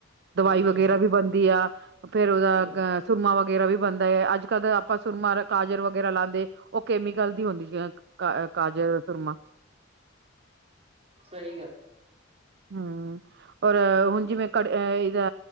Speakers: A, on the right (about 55°); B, on the right (about 30°).
A: ਦਵਾਈ
B: ਹੂੰ
A: ਵਗੈਰਾ
B: ਹੂੰ
A: ਵੀ ਬਣਦੀ ਆ, ਫਿਰ ਉਹਦਾ
B: ਹੂੰ
A: ਸੁਰਮਾ ਵਗੈਰਾ ਵੀ ਬੰਦਾ ਅੱਜਕੱਲ ਆਪਾਂ ਸੁਰਮਾ, ਕਾਜਰ ਵਗੈਰਾ ਲਾਂਦੇ ਉਹ ਕੇਮੀਕ ਜਲਦੀ ਹੋਂਦੀ ਕਾਜਰ, ਸੂਰਮਾ
B: ਸਹੀ ਗੱਲ।
A: ਹੰ, ਔਰ ਹੁਣ ਜਿਵੇਂ ਕੜ ਆ, ਇਹਦਾ